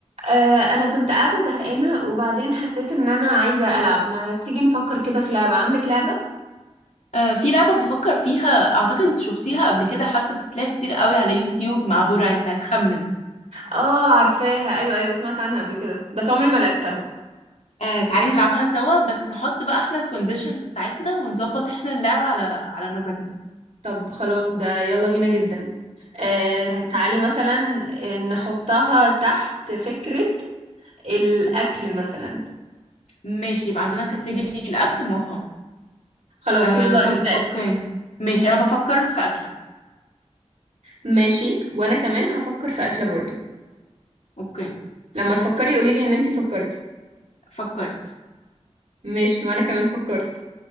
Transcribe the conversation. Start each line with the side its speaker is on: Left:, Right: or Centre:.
Right: آه، انا كنت قاعده زهقانه وبعدين حسيت ان انا عايزه العب ما تيجي نفكر كده في لعبه عندك لعبه
Left: آه، في لعبة بفكر فيها أعتقد أنت شفتيها قبل كده حتى بتتلعب كتير قوي على يوتيوب مع برعي بتاعت خمن
Right: اه عارفاها ايوه ايوه سمعت عنها قبل كده بس عمري ما لعبتها
Left: آه، تعالي نلعبها سوا بس نحط بقى احنا الكونديشنز بتاعتنا ونظبط احنا اللعبة على على مزاجنا
Right: طب خلاص ده يلا بينا جدا آه،
Left: آه،
Right: تعالي مثلا آه، نحطها تحت فكره الاكل مثلا
Left: ماشي يبقى عندنا كاتيجوري الأكل موافقة
Right: خلاص
Left: آه،
Right: يلا
Left: طب
Right: ابدأي
Left: أوكي ماشي أنا بفكر في أكلة
Right: ماشي وانا كمان هفكر في اكله برضو
Left: أوكي
Right: لما تفكري قوليلي ان انتي فكرتي
Left: فكرت
Right: ماشي وانا كمان فكرت